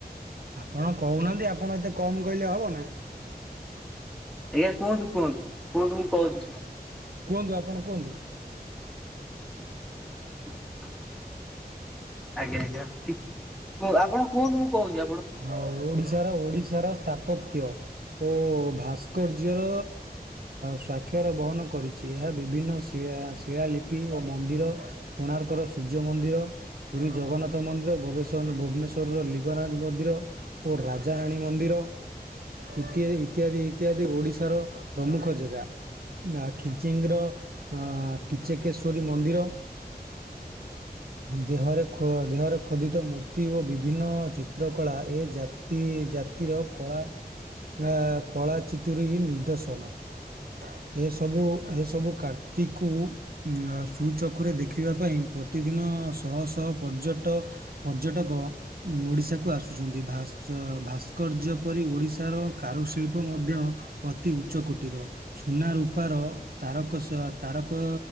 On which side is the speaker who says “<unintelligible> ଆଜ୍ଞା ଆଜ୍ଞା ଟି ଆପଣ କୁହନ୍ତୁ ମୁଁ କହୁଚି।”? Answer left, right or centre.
Centre